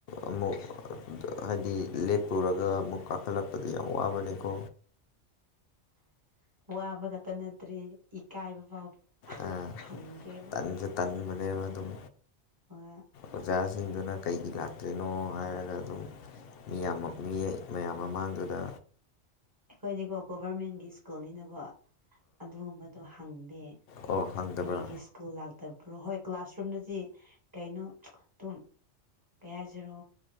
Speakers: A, on the left (about 60°); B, on the right (about 20°).
A: ꯑꯃꯨꯛ ꯑ ꯍꯥꯏꯗꯤ ꯂꯦꯞꯄꯨꯔꯒ ꯑꯃꯨꯛ ꯀꯥꯈꯠꯂꯛꯄꯗ ꯌꯥꯝ ꯋꯥꯕꯅꯦꯀꯣ
B: ꯋꯥꯕ ꯈꯠꯇ ꯅꯠꯇ꯭ꯔꯦ ꯏꯀꯥꯏꯕ ꯐꯥꯎ
A: ꯑ
B: ꯐꯪꯗ꯭ꯔꯦꯕ
A: ꯇꯟꯖꯨ ꯇꯟꯕꯅꯦꯕ ꯑꯗꯨꯝ
B: ꯍꯣꯏ
A: ꯑꯣꯖꯥꯖꯤꯡꯗꯨꯅ ꯀꯩꯒꯤ ꯂꯥꯛꯇ꯭ꯔꯤꯅꯣ ꯍꯥꯏꯔꯒ ꯑꯗꯨꯝ ꯃꯤꯌꯥꯝꯃꯞ ꯃꯤ ꯃꯌꯥꯝ ꯃꯃꯥꯡꯗꯨꯗ
B: ꯑꯩꯈꯣꯏꯗꯤꯀꯣ ꯒꯣꯚꯔꯃꯦꯟꯒꯤ ꯁ꯭ꯀꯨꯜꯅꯤꯅꯀꯣ ꯑꯗꯨꯒꯨꯝꯕꯗꯣ ꯍꯪꯗꯦ
A: ꯑꯣ ꯍꯪꯗꯕ꯭ꯔꯥ
B: ꯀꯔꯤꯒꯤ ꯁ꯭ꯀꯨꯜ ꯂꯥꯛꯇꯕ꯭ꯔꯣ ꯍꯣꯏ ꯀ꯭ꯂꯥꯁꯔꯨꯝꯗꯗꯤ ꯀꯩꯅꯣ ꯑꯗꯨꯝ ꯀꯩ ꯍꯥꯏꯁꯤꯔꯣ